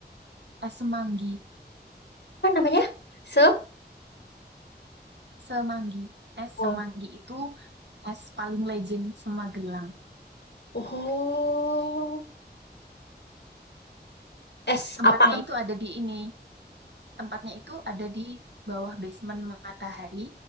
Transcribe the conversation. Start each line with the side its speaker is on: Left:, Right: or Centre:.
Right: es semanggi.
Left: Apa namanya? Se?
Right: Semanggi. Es
Left: Oh.
Right: semanggi itu es paling legend Semagelang.
Left: Oh. Es
Right: Tempatnya
Left: apaan?
Right: itu ada di ini. Tempatnya itu ada di bawah basement Matahari